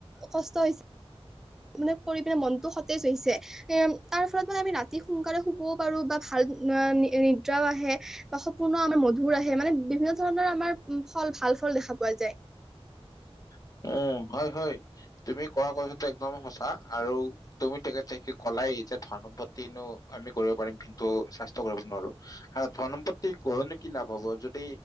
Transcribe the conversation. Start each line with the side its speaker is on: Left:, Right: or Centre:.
Centre: কষ্ট হৈছে মানে কৰি পিনে মনটো সতেজ হৈছে এ তাৰ ফলত মানে আমি ৰাতি সোনকালে শুবও পাৰো বা ভাল নিদ্ৰাও আহে বা সপোন আমাৰ মধুৰ আহে মানে বিভিন্ন ধৰণৰ আমাৰ ফল ভাল। ভাল ফল দেখা পোৱা যায়।
Left: <inaudible> উ হয় হয় তুমি কোৱা কথাটো একদম সঁচা আৰু তুমি তেখেতক কলাই। ধন সম্পত্তিনো আমি কৰিব পাৰিম কিন্তু স্বাস্থ্য কৰিব নোৱাৰো কাৰ ধন সম্পত্তি ঘৰ কি লাভ হব যদি